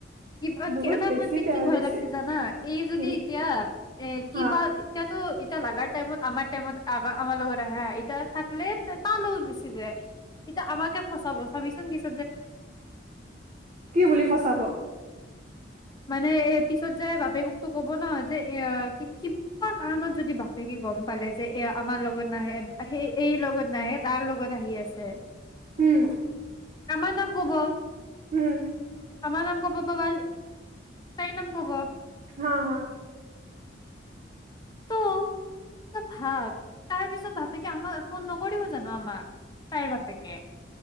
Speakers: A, on the left; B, on the right.
A: কিবা
B: বহুত
A: এটা
B: বেছি
A: মইযে
B: বেয়া
A: কি
B: হৈ
A: ভয়
B: গৈছে
A: লাগিছে জানা, এই যদি
B: কি
A: এতিয়া এ কি
B: হা
A: বা এতিয়াতো লগাৰ টাইমত আমাৰ টাইমত আ-আমাৰ লগত আহে হা, এতিয়া থাকলে তাৰ লগত গুচি যায় এতিয়া আমাকে ফচাব। ভাবিছো কিনটো
B: কি বুলি ফচাব?
A: মানে এ পিছত যাই বাপেককটো কব ন, যে এ কিবা কাৰণত যদি বাপেকে গম পালে যে এ আমাৰ লগত নাহে সেই এই লগত নাহে তাৰ লগত আহি আছে।
B: উম',।
A: আমাৰ নাম কব
B: উম।
A: আমাৰ নাম গ প পাবালি। তাই নাম কব।
B: হা, হা।
A: তু তই ভাব তাৰ পিছত বাপেকে আমাক ফোন নকৰিব জানো, আমাক। তাইৰ বাপেকে,